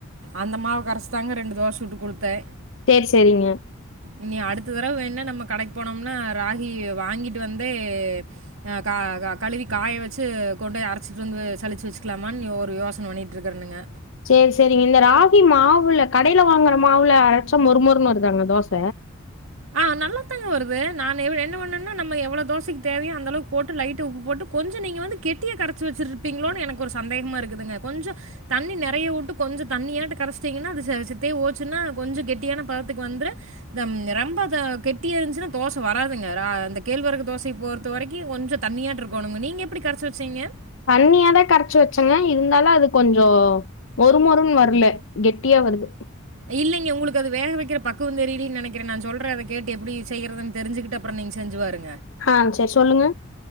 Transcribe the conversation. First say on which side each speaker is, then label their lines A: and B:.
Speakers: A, on the right; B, on the left.
A: அந்த மாவு கரைச் தாங்க ரெண்டு தோச சுட்டு கொடுத்தேன்
B: சேரி சேரிங்க
A: இனி அடுத்த தடவ வேண்ணா நம்ம கடைக்கு போனோம்னா ராகி வாங்கிட்டு வந்து ஆஹ் கா கழுவி காய வச்சு கொண்டு போய் அரைச்சுட்டு வந்து சழிச்சு வெச்சுக்கலாமான்னு ஒரு யோசனை பண்ணிட்டு இருக்கறானுங்க
B: செரி சேரிங்க இந்த ராகி மாவுல கடைல வாங்குற மாவுல அரைட்சா மொறுன்னு வருதாங்க தோச
A: ஆ நல்லாத்தாங்க வருது நான் என்ன பண்ணேன்னா நம்ம எவ்வளவு தோசைக்கு தேவையோ அந்த அளவுக்கு போட்டு லைட்டா உப்பு போட்டு கொஞ்சோ நீங்க வந்து கெட்டிய கரைச்சு வச்சிருப்பீங்களோ எனக்கு கொஞ்சோ சந்தேகமா இருக்குதுங்க கொஞ்சம் தண்ணி நெறைய வுட்டு கொஞ்சம் தண்ணியா கரைச்சிட்டீங்கன்னா அது சத்த ஓச்சுன்னா கொஞ்சம் கெட்டியான பதத்துக்கு வந்துரும் ரொம்ப அத கட்டியா இருந்துச்சுனா தோச வராதுங்க அந்த கேழ்வரகு தோசைக்கு பொறுத்த வரைக்கும் கொஞ்சோ தண்ணியாட்டு இருக்கணுங்க நீங்க எப்படி கரைச்சி வெச்சீங்க
B: தண்ணியாதான் கரைச்சு வச்சங்க இருந்தாலும் அது கொஞ்சோ மொறுமொறுன்னு வரல கெட்டியா வருது
A: இல்லைங்க உங்குளுக்கு அது வேக வெக்குற பக்குவோ தெரியலன்னு நெனைக்கிற நான் சொல்ற அத கேட்டு எப்படி செய்றதுன்னு தெரிஞ்சுக்கிட்டு அப்புறோ நீங்க செஞ்சுபாருங்
B: ஆ செரி சொல்லுங்க